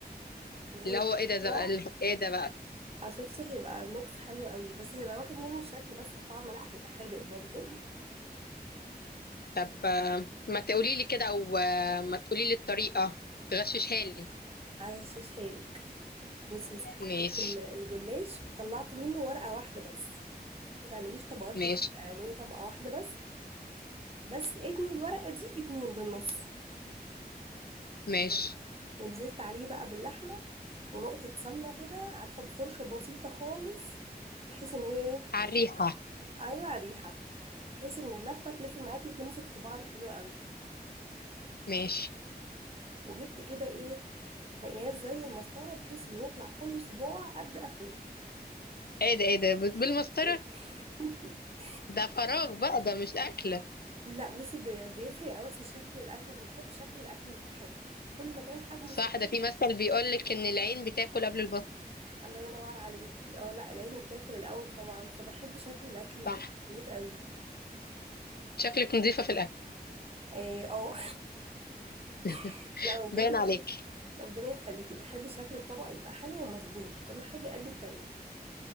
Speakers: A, on the right (about 35°); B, on the left (about 70°).
A: اللي هو
B: اللي
A: يبقى
B: هو ايه
A: صباع
B: ده ده بقى اللي- ايه ده بقى
A: اه شفتي هيبقى ميكس حلو قوي بس هيبقى واخد منه الشكل بس الطعم لا هيبقى حادق برضو
B: طب آه، ما تقولي لي كده او آه، ما تقولي لي الطريقه تغششها لي
A: هغشش حالك بصي <laughs> يا ستي
B: ماشي
A: جبت ال- الجلاش وطلعت منه ورقة واحدة بس ما تعمليش طبقات
B: ماشي
A: كتير اعملي طبقة واحدة بس بس اتني الورقة دي اتنين بالنص
B: ماشي
A: ونزلت عليه بقى باللحمة ونقطة سمنة كده عارفة بفرشة بسيطة خالص بحيث ان هي
B: على
A: ايه
B: الريحه
A: ايوه ريحة بحيث ان اللفة تلف معاكي وتمسك في بعض حلو قوي
B: ماشي
A: وجبت كده ايه مقياس زي المسطرة بحيث ان يطلع كل صباع قد اخوه
B: ايه ده ايه ده ب- بالمسطره
A: <laughs>
B: ده فراغ بقى ده مش اكله
A: لا بصي بي- بيفرق قوي اصل شكل الاكل انا بحب شكل الاكل يبقى حلو وكل ما كان حجمه صغير
B: صح ده في مثل بيقول لك ان العين بتاكل قبل البطن
A: الله ينور عليكي اه لا العين بتاكل الاول طبعا فبحب شكل الاكل يبقى
B: صح
A: مظبوط قوي
B: شكلك نظيفه في الاكل
A: إيه، اه
B: <laughs>
A: <laughs> لا بجد
B: باين عليك
A: بحب ربنا يخليكي بحب شكل الطبق يبقى حلو ومظبوط كل حاجة قد التانية